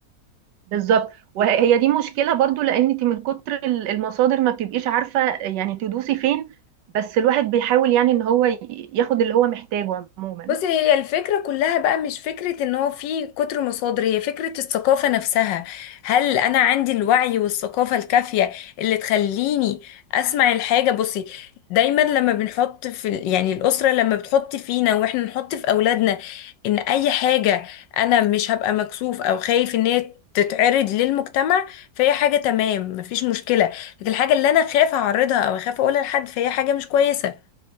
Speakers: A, on the right; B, on the left.
A: بالظبط وهي دي مشكلة برضو لأن انت من كتر ال- المصادر ما بتبقيش عارفة يعني تدوسي فين بس الواحد بيحاول يعني ان هو ي- ياخد اللي هو محتاجه عموما
B: بصي هي الفكرة كلها بقى مش فكرة ان هو في كتر مصادر هي فكرة الثقافة نفسها هل انا عندي الوعي والثقافة الكافية اللي تخليني اسمع الحاجة بصي دايما لما بنحط في ال- يعني الأسرة لما بتحط فينا واحنا نحط في أولادنا ان اي حاجة انا مش هبقى مكسوف او خايف ان هي تتعرض للمجتمع فهي حاجة تمام مفيش مشكلة لكن الحاجة اللي انا خايفة اعرضها او خايفة اقولها لحد فهي حاجة مش كويسة